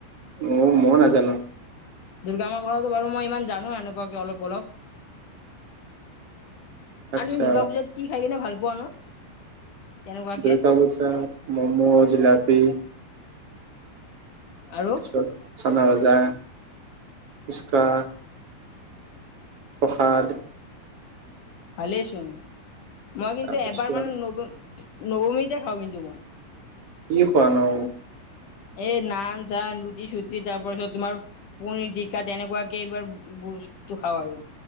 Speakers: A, on the right (about 45°); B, on the left (about 60°).
A: অ, ম- মই নাজানো।
B: দুৰ্গা মা কথাটো বাৰু মই ইমান জানো এনেকুৱাকে অলপ- অলপ।
A: আচ্ছা
B: আৰু তুমি দুৰ্গা পূজাত কি খাই কিনে ভাল পোৱা নো? তেনেকুৱাকে
A: দুৰ্গা পূজাত মমো - জিলাপি তাৰপিছত
B: আৰু
A: চানা ভাজা, পুচকা। প্ৰসাদ
B: ভালেই চোন, মই কিন্তু
A: তাৰপিছত
B: এবাৰ মানে নব নৱমীতে খাও কিন্তু মই।
A: কি খোৱা নো?
B: এ নান -চান, ৰুটি -চুটি তাৰ পাছত তোমাৰ পনীৰটিকা তেনেকুৱাকে এইবাৰ বস্তুটো খাওঁ আৰু